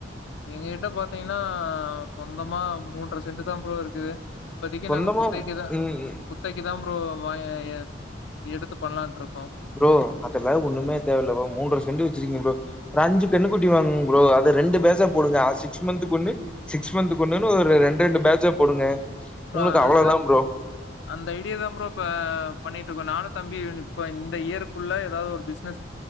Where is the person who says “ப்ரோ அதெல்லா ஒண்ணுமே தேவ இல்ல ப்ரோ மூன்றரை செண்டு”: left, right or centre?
Centre